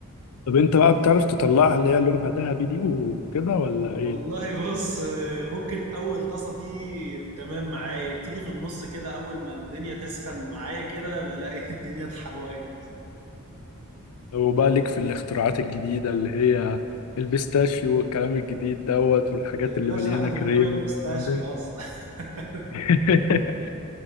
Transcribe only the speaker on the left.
طب انت بقى بتعرف تطلعها اللي هي لونها ذهبي دي وكده ولا
ايه
لو بقى ليك في الاختراعات الجديدة اللي هي البيستاشيو والكلام الجديد دوت والحاجات
اللي
مليانة
كريم
والكلام ده
<laughs>